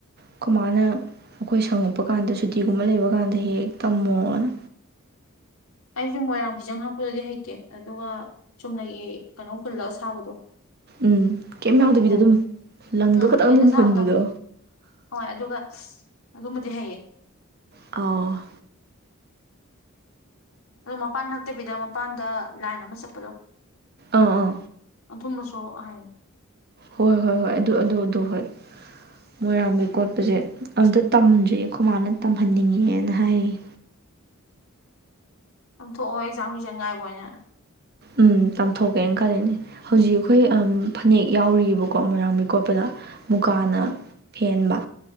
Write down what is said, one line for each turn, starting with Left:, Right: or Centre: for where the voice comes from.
Right: ꯑꯈꯣꯏ ꯃꯥꯅ ꯑꯩꯈꯣꯏ ꯁꯪꯉꯛꯄ ꯀꯥꯟꯗ ꯁꯨꯇꯤꯒꯨꯝꯕ ꯂꯩꯕ ꯀꯥꯟꯗ ꯍꯦꯛ ꯍꯦꯛ ꯇꯣꯝꯃꯣꯅ
Left: ꯑꯩꯖꯨ ꯃꯣꯏꯔꯥꯡ ꯐꯤꯖꯪ ꯍꯥꯛꯄꯗꯨꯗꯤ ꯍꯩꯇꯦ ꯑꯗꯨꯒ ꯆꯨꯝꯅꯒꯤ ꯀꯩꯅꯣ ꯍꯨꯜꯂꯒ ꯁꯥꯕꯗꯣ
Right: ꯎꯝ ꯀꯩꯝ
Left: ꯑꯗꯨꯗꯤ
Right: ꯌꯥꯎꯗꯕꯤꯗ
Left: ꯍꯩꯌꯦ
Right: ꯑꯗꯨꯝ ꯂꯪꯗꯣ
Left: ꯎꯝ
Right: ꯈꯇꯪ
Left: ꯄ꯭ꯂꯦꯟꯗ
Right: ꯑꯗꯨꯝ
Left: ꯁꯥꯕꯗꯣ
Right: ꯍꯨꯟꯕꯗꯣ
Left: ꯍꯣꯏ ꯑꯗꯨꯒ ꯑꯗꯨꯝꯕꯗꯤ ꯍꯩꯌꯦ
Right: ꯑꯣ
Left: ꯑꯗꯣ ꯃꯄꯥꯟ ꯍꯛꯇꯕꯤꯗ ꯃꯄꯥꯟꯗ ꯂꯥꯏꯟ ꯑꯃ ꯆꯠꯄꯗꯣ
Right: ꯑꯥ ꯑꯥ
Left: ꯑꯗꯨꯝꯕꯁꯨ ꯑꯣ ꯑꯍꯥꯏ
Right: ꯍꯣꯏ ꯍꯣꯏ ꯍꯣꯏ ꯑꯗꯨ ꯑꯗꯨ ꯑꯗꯨ ꯍꯣꯏ ꯃꯣꯏꯔꯥꯡꯕꯤ ꯀꯣꯠꯄꯁꯦ ꯑꯝꯇ ꯇꯝꯗ꯭ꯔꯤꯌꯦ ꯈꯣ ꯃꯥꯅ ꯇꯝꯍꯟꯅꯤꯡꯉꯦꯅ ꯍꯥꯏꯌꯦ
Left: ꯇꯝꯊꯣꯛꯑꯣ ꯑꯦꯛꯖꯥꯝ ꯔꯤꯖꯟ ꯉꯥꯏꯕ ꯑꯣꯏꯅ
Right: ꯎꯝ ꯇꯥꯝꯊꯣꯛꯀꯦꯅ ꯈꯜꯂꯤꯅꯦ ꯍꯧꯖꯤꯛ ꯑꯩꯈꯣꯏ ꯐꯅꯦꯛ ꯌꯥꯎꯔꯤꯑꯕꯀꯣ ꯃꯣꯏꯔꯥꯡꯕꯤ ꯀꯣꯠꯄꯗ ꯃꯨꯀꯥꯅ
Left: ꯑꯥ
Right: ꯐꯦꯟꯕ